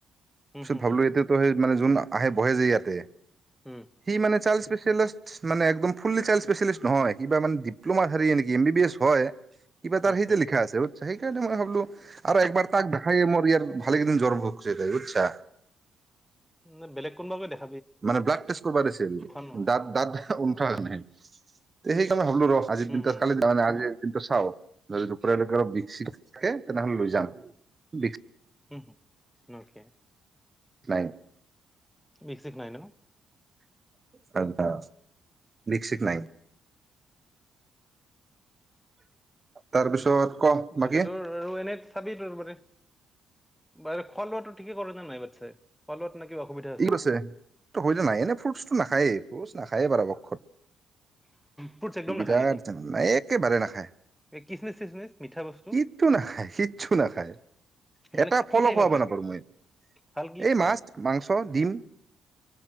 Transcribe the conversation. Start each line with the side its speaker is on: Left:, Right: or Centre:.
Centre: হুম
Right: ত
Centre: হুম
Right: ভাবলো
Centre: হুম
Right: এতিটো সেই মান হব পাৰে যোন আহে বহে যে ইয়াতে
Centre: হুম
Right: সি মানে চাৰ্লছ স্পেচেলিষ্ট মানে একডম ফুললি চল স্পেচেলিষ্ট নহয় কিবা মানে ডিপ্লমা চাৰি নে কি এমম্বি বিএছ হয় কিবা তাৰ
Centre: অ'কে
Right: সেইতো লিখা আছে সেইকাৰণেই মই ভাবিলোঁ আৰু একবাৰ তাক দেখাই মই দি আ খালী একেইদিন জ্বৰ ভোগছে বুইছা
Centre: ন বেলেগ কোনোবা দেখ
Right: মানে ব্লাডষ্টেচ কৰিব দেছিল
Centre: নহয়
Right: ব্লাড ব্লাডয় নাই। স <unintelligible> ভাবলো ৰ আজি
Centre: হুম
Right: দিনাত
Centre: হুম
Right: খালি মান আজি কিন্তু চাও ন ৰূপৰ এক বিকশিত। থাকে তেনেহলে লৈ যাম বি
Centre: উম হ ওকে
Right: নাই
Centre: বিক সিক নাই ন ন
Right: না না ভিতসিত নাই। তাৰপিছত ক বাকী
Centre: ভালে তোৰ আৰু এনেই চাবি তোৰ ত মতে বাৰু খোৱা লোৱাাটো ঠিকেই কৰা যে নাই পিছে খোৱা লোৱাত না কিবা অসুবিধা
Right: ই ক আছে হৈ যোৱা নাই এনে ফ্ৰুটছটো নাখায়েই ফ্ৰুটচ নাখায়েই বাৰ পক্ষত
Centre: ফ্ৰুটছ একদম
Right: বিৰাট
Centre: নাখায় নেকি
Right: ঝেমেলা একেবাৰে নাখায়।
Centre: এই কিচমিচ চিচমিচ মিঠা বস্তু
Right: কিতটো নাখায় শিটটো নাখায়
Centre: মানে
Right: এটা ফলো
Centre: কি খাই
Right: খুৱাব
Centre: ভাল পায়
Right: নাপাৰো মই
Centre: ভাল কি
Right: এই
Centre: খায়
Right: মাছ মাংস ছ দিম